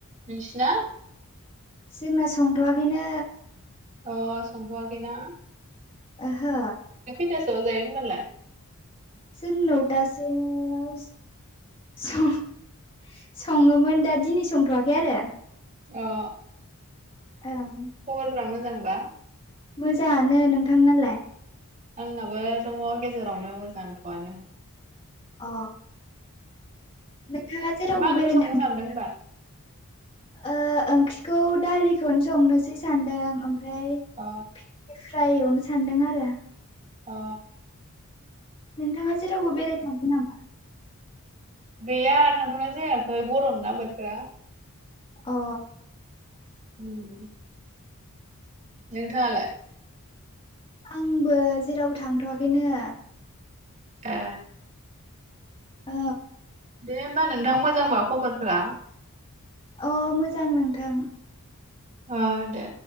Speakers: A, on the right; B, on the left.
A: निंसिना?
B: जोंना संथ'वाखैनो।
A: अ सोंथ'वाखैना?
B: ओहो।
A: खैतासोआव जायो होमबालाय?
B: जों नौतासो आवस सङो। सङोमोन दा दिनै संथ'वाखै आरो।
A: अ-अ
B: ओं
A: खबरफोरा मोजांबा?
B: मोजाङानो नोंथांनालाय?
A: आंनाबो दङ' गेजेरावनो मोजांथ'आनो।
B: अ! नोंथांङा जेरावबो
A: मा ओंख्रि
B: बेरायनो
A: संनो
B: थांथवाखै
A: सानदों
B: नामा?
A: होनबा?
B: ओ ओं। आंथ' दालिखौनो संनोसै सान्दों ओमफ्राय
A: अ
B: भिन्दि फ्राय एवनो। सान्दों आरो।
A: अ-अ!
B: नोंथांङा जेरावबो बेरायनो थाङाखै नामा?
A: गैया थांथ'नाय जायाखै गरम ना बोथोरा!
B: अ!
A: हम नोंथांङालाय?
B: आंबो जेराव थांथआखैनो।
A: ए
B: औ।
A: दे होमबा नोंथां मोजांबा खबरफोरा।
B: अ मोजां नोंथां!
A: अ दे।